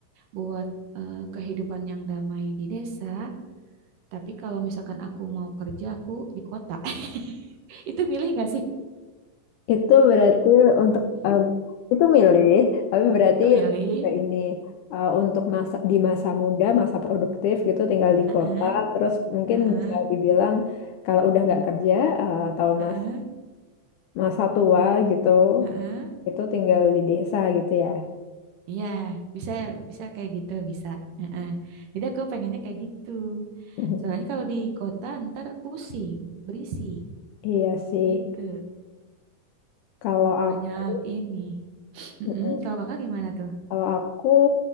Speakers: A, on the right; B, on the left.
A: buat eh, kehidupan yang damai di desa. Tapi kalau misalkan aku mau kerja, aku di kota. <laughs> Itu milih gak sih?
B: Itu berarti untuk eh, itu milih, tapi berarti
A: Itu milih.
B: lebih ke ini eh, untuk masa di masa muda, masa produktif gitu, tinggal di
A: Heeh,
B: kota, terus mungkin
A: heeh,
B: bisa dibilang kalau udah nggak kerja eh, atau
A: heeh,
B: masa masa tua gitu,
A: heeh.
B: itu tinggal di desa gitu ya.
A: Iya, bisa bisa kayak gitu, bisa. Heeh. Jadi aku pengennya kayak gitu.
B: <laughs>
A: Soalnya kalau di kota ntar pusing, berisik
B: Iya sih,
A: gitu.
B: kalau aku,
A: Banyak ini. Mm-mm,
B: Mm-mm.
A: Kalau kakak gimana tuh?
B: kalau aku